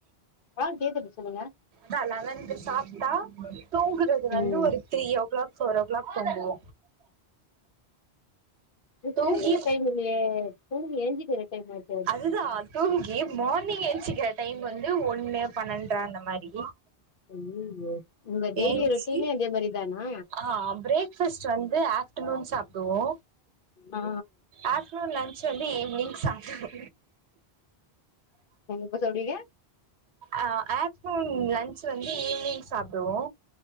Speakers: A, on the left (about 55°); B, on the right (about 85°).
A: ஆ கேக்குது சொல்லுங்க
B: தா லெவன்கு சாப்டா தூங்குறது
A: ம்
B: வந்து ஒரு three o'clock four o'clock தூங்குவோ
A: இது
B: தூங்கி
A: தூங்குற டைம் இல்லியே தூங்கி ஏஞ்சிகிற டைமாச்
B: அதுதா தூங்கி மார்னிங் என்ச்சிகிற டைம் வந்து ஒன்னு பன்னெண்ர அந்த மாரி
A: ஐயியோ உங்க டெய்லி
B: ஏஞ்சி
A: ரொட்டீனே அதே மாரி தானா
B: ஆ பிரேக் ஃபஸ்ட்டு வந்து ஆஃப்டநூன் சாப்டுவோ
A: ஆ
B: ஆஃப்டநூன் லஞ்ச்சு வந்து ஈவ்னிங் சாப்டுவோ
A: எப்ப சாப்டுவிங்க
B: அ ஆஃப்ட்நூன் லஞ்ச்சு வந்து ஈவி்னிங் சாப்டுவோ